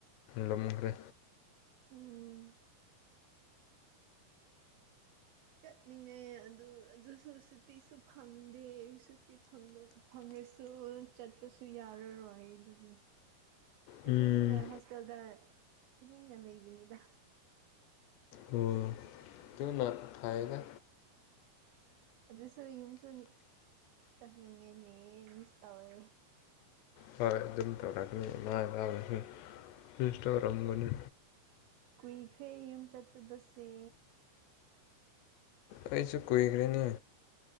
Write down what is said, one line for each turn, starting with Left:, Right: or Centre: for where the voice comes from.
Left: ꯂꯨꯝꯈ꯭ꯔꯦ
Right: ꯎꯝ ꯆꯠꯅꯤꯡꯉꯦ ꯑꯗꯨ ꯑꯗꯨꯁꯨ ꯁꯨꯇꯤꯁꯨ ꯐꯪꯗꯦ ꯁꯨꯇꯤ ꯐꯪꯕ ꯐꯪꯔꯁꯨ ꯆꯠꯄꯁꯨ ꯌꯥꯔꯔꯣꯏ ꯑꯗꯨꯒꯤ ꯇꯨꯃꯤꯡꯅ
Left: ꯎꯝ
Right: ꯍꯣꯁꯇꯦꯜꯗ ꯇꯨꯃꯤꯡꯅ ꯂꯩꯕꯅꯤꯗ
Left: ꯑꯣ ꯇꯨꯅ ꯐꯩꯗ
Right: ꯑꯗꯨꯁꯨ ꯌꯨꯝꯁꯨꯅꯤ ꯆꯠꯅꯤꯡꯉꯦꯅꯦ ꯃꯤꯁ ꯇꯧꯋꯦ
Left: ꯍꯣꯏ ꯑꯗꯨꯝ ꯇꯧꯔꯛꯅꯤ ꯃꯥꯥꯏ ꯏꯄꯕꯨꯁꯨ ꯐꯁ ꯇꯧꯔꯝꯒꯅꯤ
Right: ꯀꯨꯏꯈ꯭ꯔꯦ ꯌꯨꯝ ꯆꯠꯇꯕꯁꯦ
Left: ꯑꯩꯁꯨ ꯀꯨꯏꯈ꯭ꯔꯦꯅꯦ